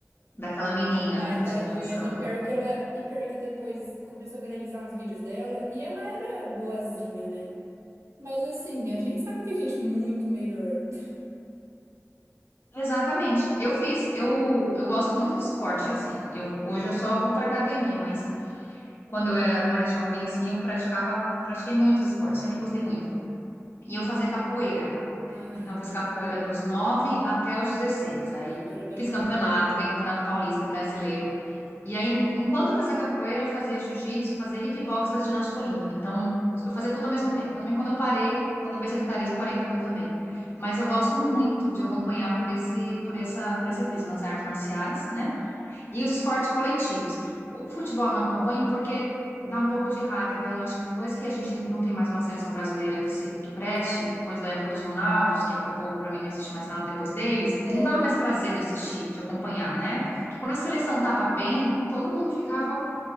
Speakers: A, on the left; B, on the right.
A: daquela menina,
B: Ai,
A: tadinha,
B: tadinha.
A: dançando.
B: E pior que ela. E pior que depois começou a viralizar uns vídeos dela e ela era boazinha, né? Mas assim, a gente sabe que tem gente muito melhor. <laughs>
A: Exatamente. Eu fiz, eu, eu gosto muito de esporte, assim. Eu hoje eu só vou para academia, mas quando eu era mais jovem, assim, eu praticava, pratiquei muitos esportes, sempre gostei muito. E eu fazia capoeira.
B: Ai,
A: Então, fiz capoeira dos 9 até os 16. Aí
B: capoeira é bem
A: fiz
B: legal.
A: campeonato, ganhei campeonato paulista, brasileiro. E aí, en- enquanto eu fazia capoeira, eu fazia jiu-jitsu, fazia kickbox, fazia ginástica olímpica. Então, eu fazia tudo ao mesmo tempo. Também quando eu parei, quando eu veio sedentarismo, parei tudo também. Mas eu gosto muito de acompanhar por esse, por essa, por esse prisma as artes marciais, né? E os esportes coletivos. O futebol eu não acompanho porque dá um pouco de raiva. Eu acho que depois que a gente não tem mais uma seleção brasileira que se que preste,
B: Sim.
A: depois da época dos Ronaldos, que acabou, para mim não existe mais nada depois deles,
B: É.
A: não dá mais prazer de assistir, de acompanhar, né? Porque quando a seleção tava bem, todo mundo ficava,